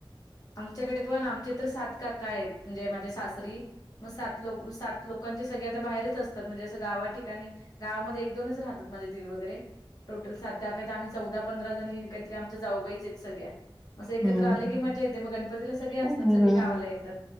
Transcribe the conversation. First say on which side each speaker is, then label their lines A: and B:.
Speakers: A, on the left (about 40°); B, in the centre.
A: आमच्याकडे पण चित्र सात काका आहेत म्हणजे माझ्या सासरी मग सात लोक सात लोकांचे सगळे आता बाहेरच असतात, म्हणजे असं गावा ठिकाणी गावामध्ये एक दोनच राहतात, म्हणजे दीर वगैरे टोटल सात का काय तर आम्ही चौदा पंधरा जणी काहीतरी आमच्या जाऊबायच आहेत सगळ्या. मग एकत्र
B: हम्म
A: आले की मजा येते. मग गणपतीला सगळे असतात
B: हो
A: सगळे
B: ना
A: गावाला येतात.